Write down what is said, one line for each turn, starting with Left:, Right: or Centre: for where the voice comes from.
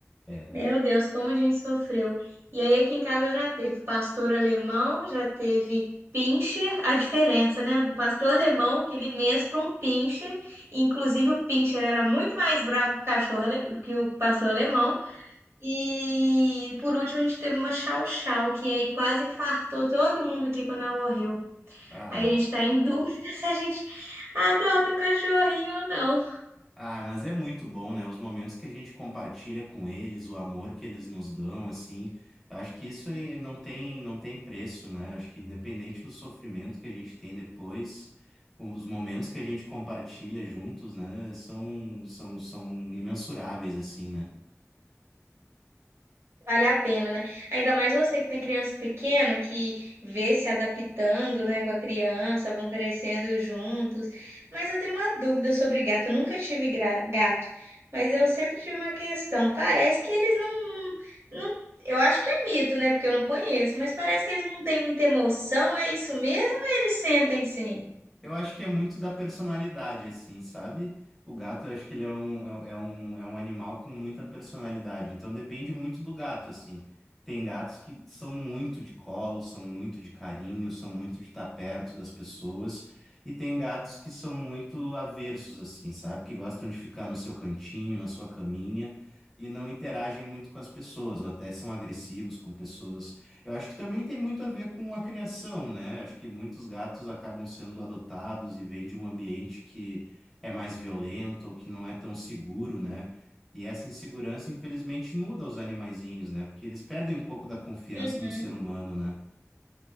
Centre: É.
Right: Meu Deus, como a gente sofreu. E aí aqui em casa já teve pastor alemão, já teve pincher, a diferença, né, do pastor alemão, aquele imenso para um pincher. Inclusive o pincher era muito mais bravo que o cachorro, ale- do que o pastor alemão. E por último a gente teve uma chau chau, que aí quase infartou todo mundo aqui quando ela morreu.
Centre: Ah,
Right: Aí a gente tá em dúvida <laughs> se a gente adota um cachorrinho ou não.
Centre: Ah, mas é muito bom, né? Os momentos que a gente compartilha com eles, o amor que eles nos dão, assim, eu acho que isso aí não tem, não tem preço, né? Eu Acho que independente do sofrimento que a gente tem depois, os momentos que a gente compartilha juntos, né, são, são, são imensuráveis, assim, né?
Right: Vale a pena, né? Ainda mais você que tem criança pequena, que vê se adaptando, né, com a criança, vão crescendo juntos. Mas eu tenho uma dúvida sobre gato. Eu nunca tive gra- gato, mas eu sempre tive uma questão. Parece que eles não, não, eu acho que é mito, né, porque eu não conheço, mas parece que eles não têm muita emoção. É isso mesmo? Ou Eles sentem sim.
Centre: Eu acho que é muito da personalidade, assim, sabe? O gato, eu acho que ele é um, é um, é um é um animal com muita personalidade. Então depende muito do gato, assim. Tem gatos que são muito de colo, são muito de carinho, são muito de estar perto das pessoas. E tem gatos que são muito aversos, assim, sabe? Que gostam de ficar no seu cantinho, na sua caminha, e não interagem muito com as pessoas, ou até são agressivos com pessoas. Eu acho que também tem muito a ver com a criação, né? Acho que muitos gatos acabam sendo adotados e vêm de um ambiente que é mais violento ou que não é tão seguro, né? E essa insegurança, infelizmente, muda os animaizinhos, né? Porque eles perdem um pouco da confiança
Right: Uhum,
Centre: no ser humano, né?